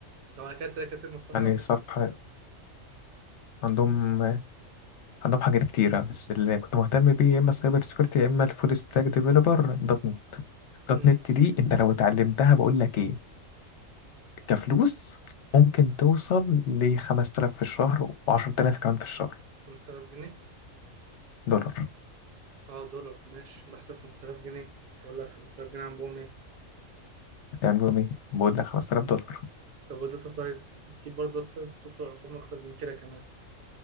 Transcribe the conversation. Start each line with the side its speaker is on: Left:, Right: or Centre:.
Right: لو على كده الدكاترة مفتوحة
Left: يعني
Right: عندهم
Left: صفحة عندهم عندهم حاجات كتيرة بس اللي كنت مهتم بيه يا اما السايبر سكيورتي يا اما الفول ستاك ديفيلوبر دوت نت دوت
Right: امم
Left: نت دي انت لو اتعلمتها بقول لك ايه كفلوس ممكن توصل ل 5000 في الشهر و10000 كمان في الشهر
Right: 5000 جنيه
Left: دولار
Right: اه دولار ماشي بحسب 5000 جنيه اقول لك 5000 جنيه عندهم ايه
Left: تعملوا ايه بقول لك 5000 دولار
Right: طب وداتا ساينس اكيد برضه داتا ساينس توصل لارقام اكتر من كده كمان